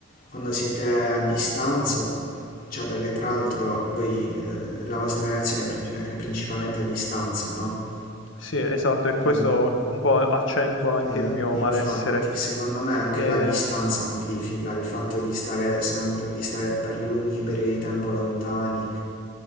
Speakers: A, on the left; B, on the left.
A: quando siete a distanza, cioè perché tra l'altro voi, eh, la vostra relazione è, princi- è principalmente a distanza, no?
B: Sì, esatto, e questo
A: Eh,
B: un po' accentua anche
A: Eh,
B: il mio
A: infatti,
B: malessere.
A: secondo me anche
B: Eh,
A: la distanza amplifica il fatto di stare sempre, di stare per lunghi periodi di tempo lontani.